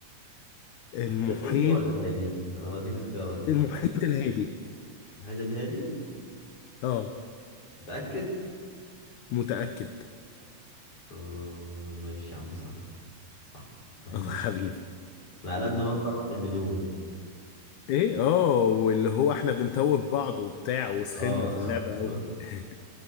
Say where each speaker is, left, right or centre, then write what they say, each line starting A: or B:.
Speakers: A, on the left; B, on the left.
A: المحيط
B: المحيط الهندي ولا الهادي؟ أنا بديك اختيارات كمان
A: المحيط
B: هنا.
A: الهادي
B: المحيط الهادي؟
A: اه
B: متأكد؟
A: متأكد <laughs>
B: آه ماشي يا عم صح صح محيط
A: الله
B: الهادي.
A: حبيبي
B: أنا قلبنا مصر واحد مليون
A: ايه اه واللي هو احنا بنتوه بعض وبتاع وسخنا
B: آه
A: في
B: <laughs>
A: اللعبة قوي <laughs>